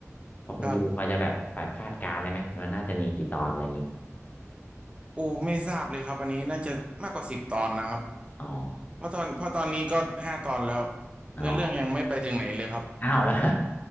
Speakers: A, on the left; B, on the right.
A: พอคุณยูพอจะแบบแบบคาดการณ์ได้ไหมมันน่าจะมีกี่ตอนอะไรอย่างนี้
B: บ โอ้ไม่ทราบเลยครับอันนี้น่าจะมากกว่าสิบตอนนะครับ
A: อ๋อ
B: เพราะตอนเพราะตอนนี้ก็ห้าตอนแล้ว
A: อ๋อ
B: เนื้อเรื่องยังไม่ไปถึงไหนเลยครับ
A: อ้าวแล้ว